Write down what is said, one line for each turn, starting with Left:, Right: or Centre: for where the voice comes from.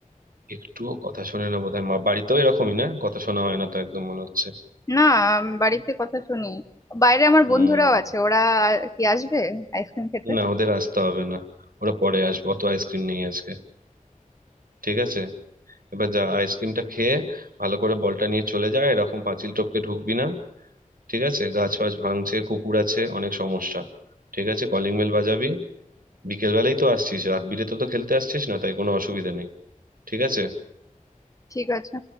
Right: একটুও কথা শোনে না বোধহয় মা বাড়িতেও এরকমই না কথা শোনা হয় না তো একদম মনে হচ্ছে
Left: না উম, বাড়িতে কথা শুনি বাইরে আমার
Right: হুম
Left: বন্ধুরাও আছে ওরা আর কি আসবে আইসক্রিম খেতে
Right: না ওদের আসতে হবে না ওরা পরে আসবে অত আইসক্রিম নেই আজকে ঠিক আছে এবার যা আইসক্রিমটা খেয়ে ভালো করে বলটা নিয়ে চলে যায় এরকম পাঁচিল টপকে ঢুকবি না ঠিক আছে গাছ ফাছ ভাঙছে কুকুর আছে অনেক সমস্যা ঠিক আছে কলিং বেল বাজাবি বিকেল বেলাই তো আসছিস রাত বিরেতে তো খেলতে আসছিস না তাই কোনো অসুবিধা নেই ঠিক আছে
Left: ঠিক আছে